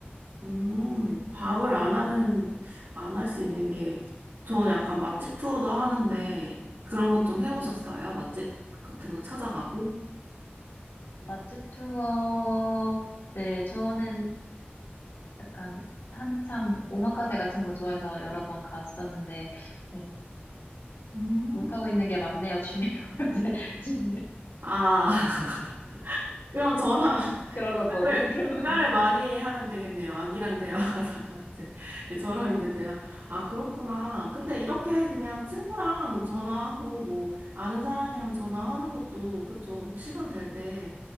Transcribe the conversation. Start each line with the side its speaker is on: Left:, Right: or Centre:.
Right: 음,
Left: 네, 그,
Right: 밥을 안 하는,
Left: 음.
Right: 안 할 수 있는 게, 저 약간 맛집 투어도 하는데, 그런 것 좀 해보셨어요? 맛집 같은 거 찾아가고?
Left: 맛집 투어, 네, 저는 약간 한참 오마카세 같은 거 좋아해서 여러 번 갔었는데, 네,
Right: 음.
Left: 못하고 있는 게 많네요, 취미로. <laughs> 요새 취미로.
Right: 아, <laughs> 이런 저랑
Left: 그러고 보니,
Right: 대화를,
Left: <laughs> 그러고
Right: 대화를
Left: 보니.
Right: 많이 하면 되겠네요. 아기랑 대화하다가 <laughs> 이제 저랑 이제 대화. 아, 그렇구나. 근데 이렇게 그냥 친구랑 전화하고 뭐 아는 사람이랑 전화하는 것도 그쵸. 시간 될 때